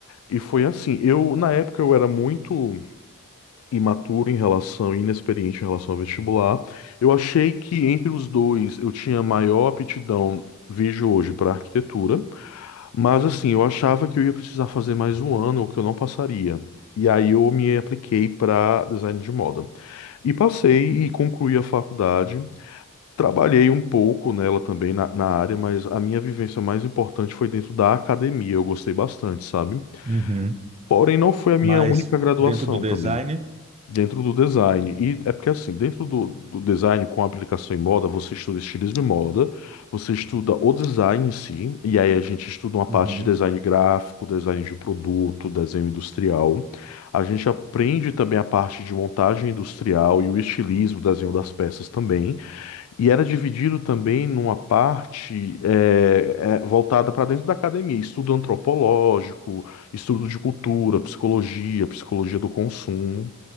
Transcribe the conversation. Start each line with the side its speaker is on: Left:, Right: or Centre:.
Left: E foi assim, eu na época eu era muito imaturo em relação, inexperiente em relação ao vestibular. Eu achei que entre os dois eu tinha maior aptidão, vejo hoje, para arquitetura, mas assim, eu achava que eu ia precisar fazer mais um ano, ou que eu não passaria. E aí eu me apliquei para design de moda. E passei e concluí a faculdade. Trabalhei um pouco nela também, na, na área, mas a minha vivência mais importante foi dentro da academia. Eu gostei bastante, sabe?
Right: Uhum.
Left: Porém, não foi a minha
Right: Mas
Left: única graduação
Right: dentro do design,
Left: também. Dentro do design. E é porque, assim, dentro do, do design com aplicação em moda, você estuda estilismo e moda, você estuda o design em si, e aí a gente estuda uma parte
Right: uhum.
Left: de design gráfico, design de produto, desenho industrial. A gente aprende também a parte de montagem industrial e o estilismo, desenho das peças também. E era dividido também numa parte eh, eh, voltada para dentro da academia, estudo antropológico, estudo de cultura, psicologia, psicologia do consumo.